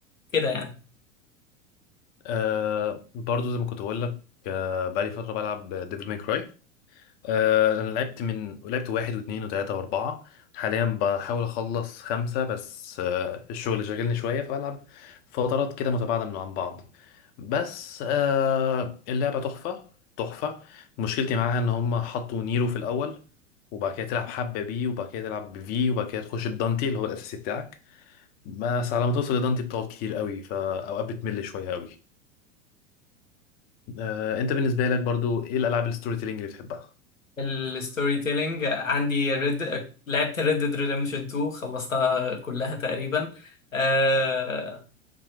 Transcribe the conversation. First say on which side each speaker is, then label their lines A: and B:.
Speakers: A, on the left; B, on the left.
A: كده يعني
B: آه برضو زي ما كنت بقول لك آه بقالي فترة بلعب ديفل ماي كراي آه انا لعبت من لعبت واحد واثنين وثلاثة واربعة حاليا بحاول اخلص خمسة بس آه الشغل شاغلني شوية فبلعب فترات كده متباعدة من عن بعض بس آه اللعبة تحفة تحفة مشكلتي معاها ان هم حطوا نيرو في الاول وبعد كده تلعب حبة بي وبعد كده تلعب بفي وبعد كده تخش بدانتي اللي هو الاساسي بتاعك بس على ما توصل لدانتي بتقعد كتير قوي فاوقات بتمل شوية قوي آه، انت بالنسبه لك برضو ايه الالعاب الستوري تيلينج اللي بتحبها
A: الستوري تيلينج عندي ريد لعبت ريد ديد ريدمشن 2 خلصتها كلها تقريبا آه،